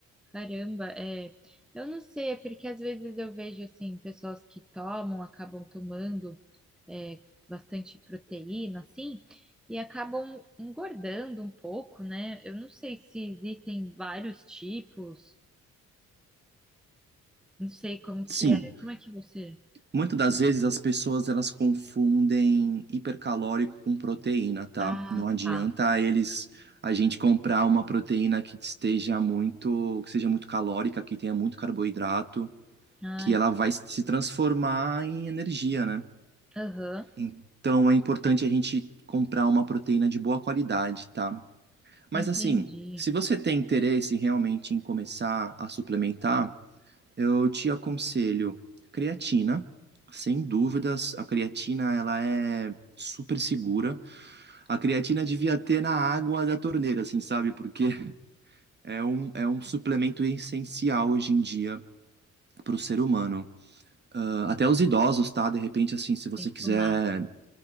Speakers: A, in the centre; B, on the right.
A: Caramba, é. Eu não sei, é porque às vezes eu vejo assim, pessoas que tomam, acabam tomando é, bastante proteína, assim, e acabam engordando um pouco, né? Eu não sei se existem vários tipos, não sei como
B: Sim,
A: que é. Como é que você.
B: muitas das vezes as pessoas elas confundem hipercalórico com proteína, tá?
A: Ah,
B: Não adianta
A: tá.
B: eles a gente comprar uma proteína que esteja muito, que seja muito calórica, que tenha muito carboidrato,
A: Ai,
B: que ela vai se transformar em energia, né?
A: aham,
B: Então é importante a gente comprar uma proteína de boa qualidade, tá? Mas
A: entendi.
B: assim, se você tem interesse realmente em começar a suplementar, Eu te aconselho creatina, sem dúvidas. A creatina, ela é super segura. A creatina devia ter na água da torneira, assim, sabe? Porque é um, é um suplemento essencial hoje em dia para o ser humano. Ah, até os idosos, tá? De repente, assim, se você
A: Tem
B: quiser
A: que tomar.